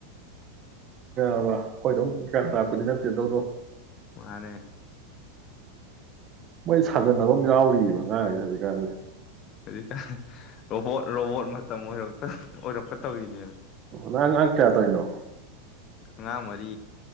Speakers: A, on the right; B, on the left.
A: ꯑꯕ ꯍꯣꯏꯗꯧ ꯀꯌꯥ ꯇꯥꯔꯛꯄꯗꯤ ꯅꯠꯇꯦꯗꯗꯣ
B: ꯃꯥꯅꯦ
A: ꯃꯣꯏ ꯁꯥꯖꯟꯅꯕ ꯑꯃ ꯌꯥꯎꯔꯤꯑꯕ ꯉꯥꯡꯁꯦ ꯍꯧꯖꯤꯛꯀꯥꯟꯁꯦ
B: ꯍꯧꯔꯤ ꯀ ꯔꯣꯕꯣꯠ ꯔꯣꯕꯣꯠ ꯃꯇꯝ ꯑꯣꯏ ꯑꯣꯏꯔꯛꯀ ꯇꯧꯔꯤꯅꯦꯕ
A: ꯅꯪ ꯑꯉꯥꯡ ꯀꯌꯥ ꯇꯧꯔꯤꯅꯣ
B: ꯑꯉꯥꯡ ꯃꯔꯤ